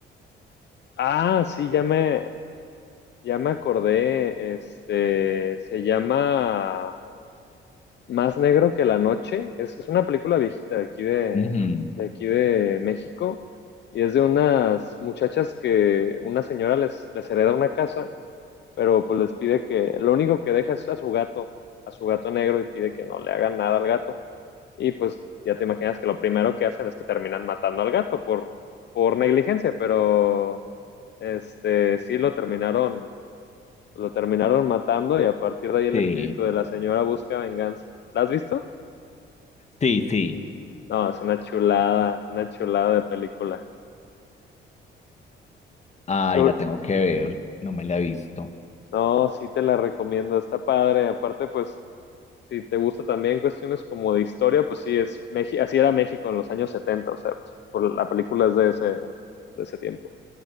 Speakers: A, on the left (about 60°); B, on the left (about 35°).
A: Ah, sí, ya me, Ya me acordé, este, se llama Más Negro que la Noche. Es, es una película viejita de aquí de,
B: Ujú,
A: de aquí de México y es de unas muchachas que una señora les, les hereda una casa, pero pues les pide que lo único que deja es a su gato, a su gato negro y pide que no le hagan nada al gato. Y pues ya te imaginas que lo primero que hacen es que terminan matando al gato por, por negligencia, pero este, sí lo terminaron lo terminaron matando y a partir de ahí el
B: Sí,
A: espíritu de la señora busca venganza. ¿La has visto?
B: sí, sí.
A: No, es una chulada, es una chulada de película.
B: Ay,
A: Sobre...
B: la tengo que ver, no me la he visto.
A: No, sí te la recomiendo, está padre. Aparte, pues, si te gusta también cuestiones como de historia, pues sí, es Meji- así era México en los años 70, o sea, pues, por la película es de ese, de ese tiempo.